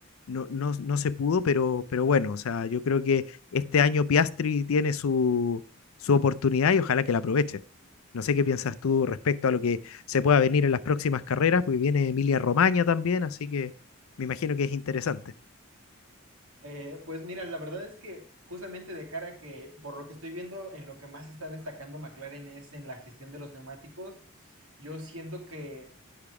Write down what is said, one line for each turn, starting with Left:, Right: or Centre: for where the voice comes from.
Left: no, no, no se pudo, pero, pero bueno, o sea, yo creo que este año Piastri tiene su, su oportunidad y ojalá que la aproveche. No sé qué piensas tú respecto a lo que se pueda venir en las próximas carreras, porque viene Emilia Romagna también, así que me imagino que es interesante.
Right: Eh, pues mira, la verdad es que justamente de cara a que, por lo que estoy viendo, en lo que más está destacando McLaren es en la gestión de los neumáticos. Yo siento que